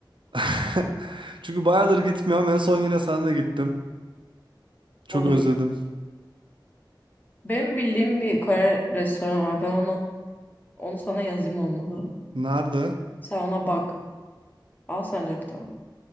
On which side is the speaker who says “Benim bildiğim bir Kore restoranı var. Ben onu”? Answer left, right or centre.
Left